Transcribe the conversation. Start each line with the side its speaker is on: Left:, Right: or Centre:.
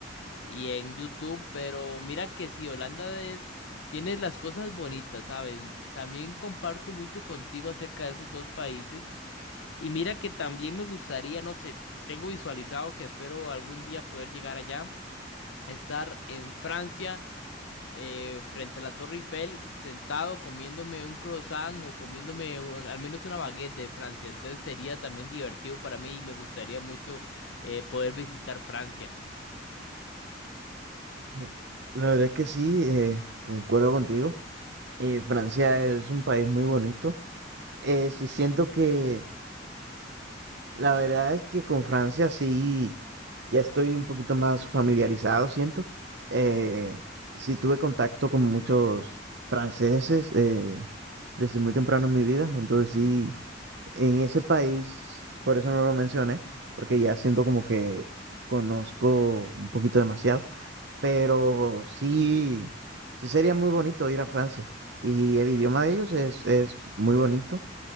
Left: y en YouTube, pero mira que sí, Holanda es, tiene las cosas bonitas, ¿sabes? También comparto mucho contigo acerca de esos dos países y mira que también me gustaría, no sé, tengo visualizado que espero algún día poder llegar allá, estar en Francia eh, frente a la Torre Eiffel, sentado comiéndome un croissant o comiéndome un- al menos una baguette de Francia, entonces sería también divertido para mí y me gustaría mucho eh, poder visitar Francia.
Right: Mm, La verdad es que sí, eh, concuerdo contigo. Eh, Francia es un país muy bonito. Eh, sí siento que La verdad es que con Francia sí, ya estoy un poquito más familiarizado, siento. Eh, sí tuve contacto con muchos franceses eh, desde muy temprano en mi vida, entonces sí, en ese país, por eso no lo mencioné, porque ya siento como que conozco un poquito demasiado, pero sí, sí sería muy bonito ir a Francia y el idioma de ellos es, es muy bonito